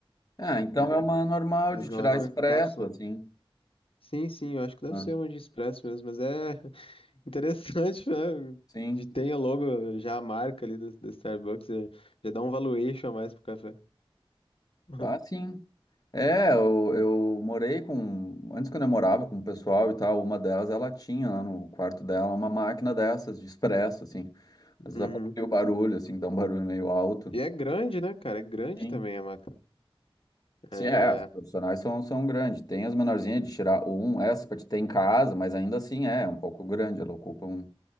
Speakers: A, on the left; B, on the left.
A: ah, então é uma normal
B: mas
A: de
B: não
A: tirar
B: é por
A: expresso,
B: cápsula.
A: assim.
B: Sim, sim, eu acho que deve
A: Ah,
B: ser uma de expresso mesmo, mas é Interessante, <laughs> né?
A: sim.
B: Que tenha logo já a marca ali da do Starbucks, já, já dá um valuation a mais pro café. <laughs>
A: Ah, sim. É, eu, eu morei com. Antes, quando eu morava com o pessoal e tal, uma delas, ela tinha lá no quarto dela uma máquina dessas de expresso, assim. Às vezes
B: Uhum.
A: aproveita o barulho, assim, que dá um barulho meio alto.
B: E é grande, né, cara? É grande
A: Sim.
B: também a máquina.
A: Sim,
B: É,
A: é, as profissionais são, são grandes. Tem as menorzinhas de tirar um, essa pra te ter em casa, mas ainda assim é, um pouco grande, ela ocupa um